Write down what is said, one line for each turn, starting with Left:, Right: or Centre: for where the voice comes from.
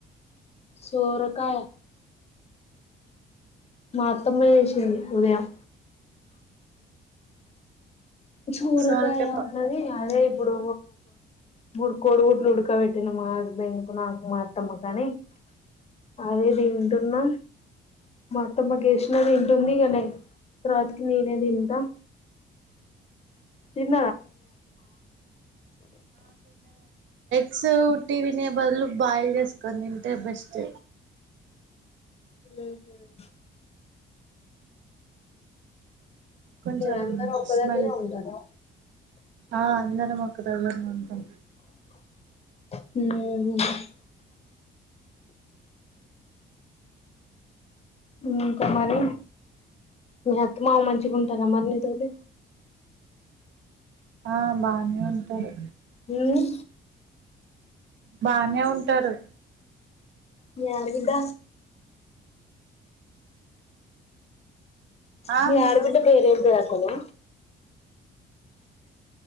Left: సొరకాయ మాతమ్మ చేసింది ఉదయం చూరుకాయ
Right: సొరకాయ ప
Left: ఉన్నది అదే ఇప్పుడు మూడు కోడుగుట్లు ఉడకబెట్టిన మా హస్బెండ్ కు నాకు మా అత్తమ్మ కాని అదే తింటూ నా మాత్తమ్మగేసినా తింటుంది ఇంకా నే తరువాతికి నేనే తింటా తిన
Right: స్ టి తినే బదులు బాయిల్ చేసుకొని తింటే బెస్ట్
Left: హ
Right: కొంచెం
Left: మీరందరూ ఒక్క
Right: స్మెల్
Left: దగ్గరే ఉంటారా
Right: ఆ అన్నరు మాక్కదంట
Left: <unintelligible> మ్మ్ ఇంకా మరి మీ అత్తమామ మంచిగా ఉంటారా మరి నీతోటి
Right: ఆ బానే ఉంటారు
Left: మ్మ్
Right: బానే ఉంటారు
Left: మీ ఆడబిడ్డ
Right: ఆ
Left: మీ ఆడబిడ్డ పేరు ఏం పేరు అసలు